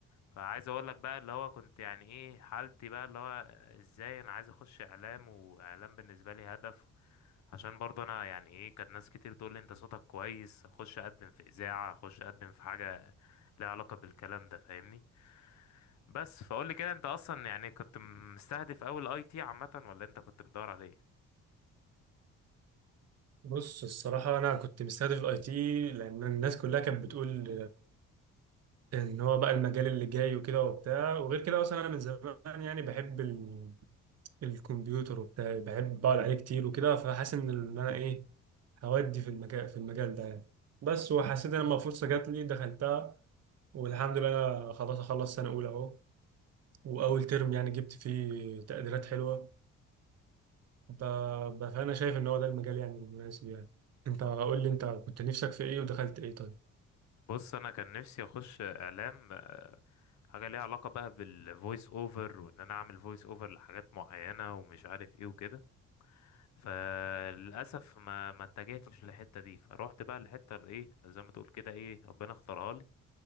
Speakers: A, on the left; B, on the right.
A: فعايز اقول لك بقى اللي هو كنت يعني ايه حالتي بقى اللي هو ازاي انا عايز اخش اعلام واعلام بالنسبه لي هدف عشان برضه انا يعني ايه كانت ناس كتير تقول لي انت صوتك كويس اخش اقدم في اذاعه اخش اقدم في حاجه ليها علاقه بالكلام ده فاهمني بس فقول لي كده انت اصلا يعني كنت مستهدف اول اي تي عامه ولا انت كنت بتدور على ايه
B: بص الصراحة أنا كنت مستهدف الأي تي لأن الناس كلها كانت بتقول إن هو بقى المجال اللي جاي وكده وبتاع وغير كده أصلا أنا من زمان يعني بحب ال... الكمبيوتر وبتاع بحب بقعد عليه كتير وكده فحاسس إن أنا إيه هودي في المجال في المجال ده يعني بس وحسيت إن لما فرصة جات لي دخلتها والحمد لله أنا خلاص أخلص سنة أولى أهو وأول ترم يعني جبت فيه تقديرات حلوة ب... ب- فأنا شايف إن هو ده المجال يعني المناسب يعني أنت قول لي أنت كنت نفسك في إيه ودخلت إيه طيب
A: بص انا كان نفسي اخش اعلام حاجه ليها علاقه بقى بالفويس اوفر وان انا اعمل فويس اوفر لحاجات معينه ومش عارف ايه وكده فللاسف ما ما اتجهتش للحته دي فروحت بقى للحته اللي ايه اللي زي ما تقول كده ايه ربنا اختارها لي